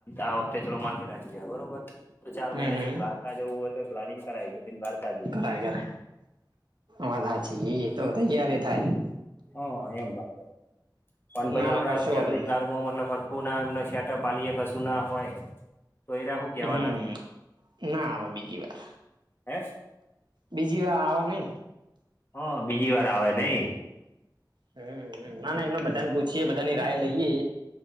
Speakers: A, on the left (about 30°); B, on the right (about 70°).
A: આ વખતે ચલો માથે રાની જાય બરોબર તો ચાર
B: હમ
A: મહિના
B: હમ
A: છે દ્વારકા જવું હોય તો પ્લાનિંગ કરાય કે દ્વારકા જઈએ
B: ટાઈગર વાધા છેી એ તોધ ગય્યારે થાય.
A: હ એમ વાત પણ ભ
B: ના
A: આપણા
B: ના કશો
A: પહેલી
B: વાંધો નહી
A: જ વારમાં મતલબ સરખું ના એમ શેટપ વાલીએ કશું ના હોય તોઈ રાખું કેહેવાના
B: હમ ના આવે બીજી વાર
A: હે
B: બીજી વાર આવવા નઈ
A: હ બીજી વાર આવે નઈ
B: હમ ના ના એમને બધા ને પૂછીયએ બધાની રાય લઈએ